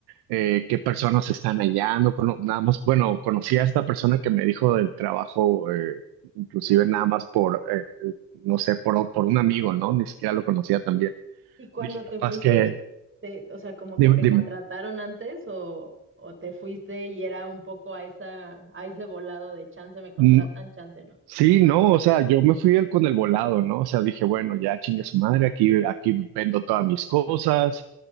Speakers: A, on the right (about 85°); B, on the right (about 30°).
A: eh, qué personas están allá, no cono- nada más, bueno, conocí a esta persona que me dijo del trabajo, eh, inclusive
B: ¿Y
A: nada más por, eh, no sé, por, por un amigo, ¿no? Ni siquiera lo conocía también.
B: Y cuando
A: Dije, capaz
B: te fuiste,
A: que,
B: te, o sea, como
A: dime,
B: que te
A: dime.
B: contrataron antes o, o te fuiste y era un poco a esa, a ese volado de chance me contratan,
A: Mm,
B: chance no.
A: Sí, no, o sea, yo me fui el- con el volado, ¿no? O sea, dije, bueno, ya chingue su madre, aquí, aquí vendo todas mis cosas